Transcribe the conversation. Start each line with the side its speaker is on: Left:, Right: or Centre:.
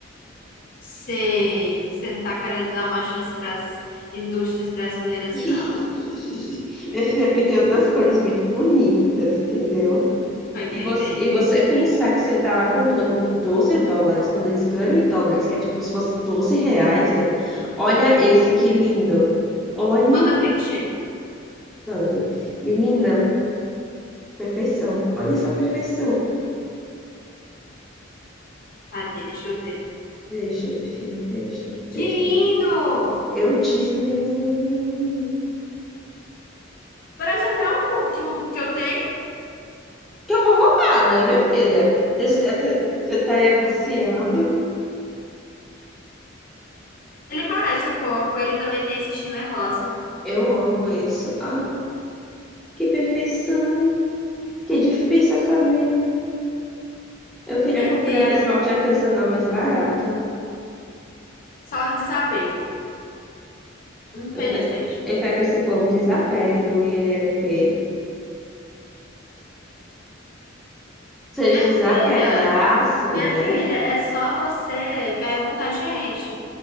Left: Sei, você não tá querendo dar uma chance para as indústrias brasileiras,
Centre: <laughs> Minha
Left: não.
Centre: filha, porque tem outras cores muito bonitas, entendeu?
Left: Tô entendendo.
Centre: E você, e você pensar que você tá lá comprando por doze dólares, quando eles ganham em dólares, que é tipo se fosse 12 reais, né? Olha esse que lindo. Olhe,
Left: Manda print.
Centre: dando. Menina, perfeição. Olha essa perfeição.
Left: Cadê? Deixa eu ver.
Centre: Veja, minha filha, veja,
Left: Que
Centre: veja.
Left: lindo!
Centre: Eu disse lindo, lindo, lindo, lindo.
Left: Parece até um cu- que, um que eu tenho.
Centre: Que eu vou roubar, né, minha filha? Você está, você você tá aí anunciando.
Left: Ele parece um pouco. Ele também tem esse shimmer rosa.
Centre: Eu amo isso. Ah, que perfeição. Que difícil essa vida. Eu queria
Left: Minha
Centre: comprar
Left: filha,
Centre: esmalte artesanal mais barato.
Left: só no desapego, infelizmente.
Centre: Eu quero, eu quero que esse povo desapegue do INLP. Se eles
Left: Minha
Centre: desapegassem,
Left: filha, minha
Centre: né?
Left: filha, é só você perguntar, gente,